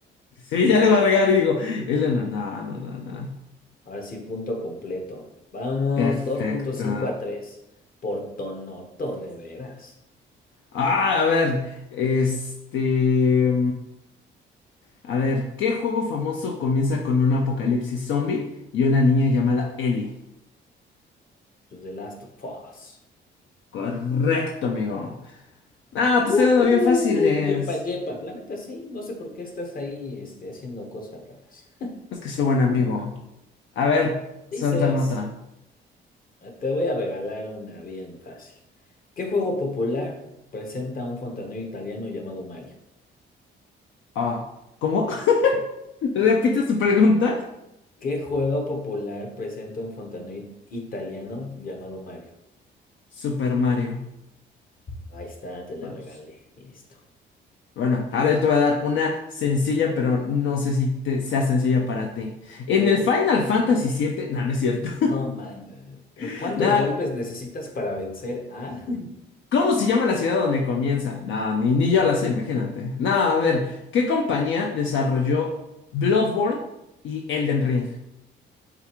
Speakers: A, on the left (about 75°); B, on the left (about 45°).
A: Sí, ya le va a regar, digo. El 1. No, no, no, no.
B: Ahora sí, punto completo. Vamos,
A: Perfecto.
B: dos punto cinco a tres Por Tonoto, de veras.
A: Ah, a ver, este... A ver, ¿qué juego famoso comienza con un apocalipsis zombie y una niña llamada Ellie?
B: To The Last of Us.
A: Correcto, amigo. No,
B: ¡Yujú!
A: te estoy dando bien fáciles.
B: Yepa, yepa. La neta, sí. No sé por qué estás ahí este, haciendo cosas raras.
A: Es que soy buen amigo. A ver, suéltame
B: <laughs> Dices.
A: otra.
B: Te voy a regalar una bien fácil. ¿Qué juego popular presenta un fontanero italiano llamado Mario?
A: Ah, ¿cómo? <laughs> ¿Repite su pregunta?
B: ¿Qué juego popular presenta un fontanero it- italiano llamado Mario?
A: Super Mario
B: Ahí está, te la
A: Bros.
B: regalé. Listo.
A: Bueno, ahora yo te voy a dar una sencilla, pero no sé si te- sea sencilla para ti. En
B: Uh,
A: el Final Fantasy siete, no, no es cierto.
B: oh man. eh,
A: <laughs>
B: ¿Cuántos
A: Nada
B: golpes necesitas para vencer a? <laughs>
A: ¿Cómo se llama la ciudad donde comienza? No, ni, ni yo la sé, imagínate. No, a ver, ¿qué compañía desarrolló Bloodborne y Elden Ring?